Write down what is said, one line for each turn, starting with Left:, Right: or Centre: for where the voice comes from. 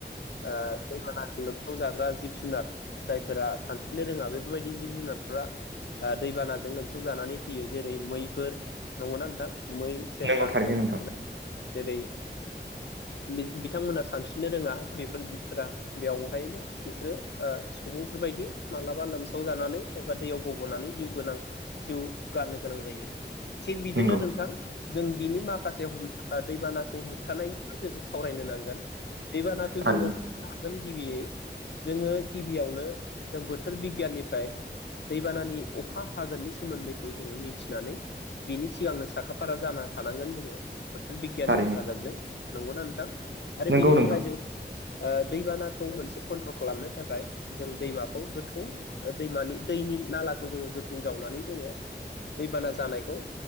Left: ओ दैबानाजों लोमफाव जा ग्रा जिब जुनार जायफोरा सानस्रिनो रोङा बे बेफोरबायदि जिब जुनारफोरा दैबान जों लोमसा खौ जानानै थैयो जेरै मैफोर नंगौना नोंथां? मै सेसा
Right: नंगौ थारैनो
Left: बायदिसिना
Right: नोंथां
Left: जेरै <unintelligible> बिथांमोना सानस्रिनो रोङा बेफोर जिबफोरा बेवहाय बिसोरो ओ सुबुंफोरबायदि मालाबा लोमसाव जानानै एबा दैयाव गब'नानै जिउ गोनां जिउ गारनो गोनां जायो थिग बिदिनो
Right: नंगौ
Left: नोंथां जों बिनि माखासे हमथा दैबानाखौ होबथानायनिबो जों सावरायनो नांगोन गोन दैबानाखौ
Right: थारैनो
Left: जोङो <unintelligible> हागोन गिबियै जोङो गिबियावनो जों बोथोर बिगियाननिफ्राय दैबानानि अखा हागोननि सोमोन्दैखौ जोङो मिथिनानै बिनि सिगांनो साखा फारा जानो हानांगोन जोङो। बोथोर बिगियाननि
Right: थारैनो
Left: हेफाजाबजों नंगौना नोंथां? आरो
Right: नंगौ
Left: बिनि
Right: नोंथां
Left: थाखाय जों ओ दैबानाखौ मोनसे कन्ट्रल खालामनो थाखाय जों दैमाखौ गोथौ दैमानि दैनि नालाखौ जोङो गोथौ जावनानै जोङो दैबाना जानायखौ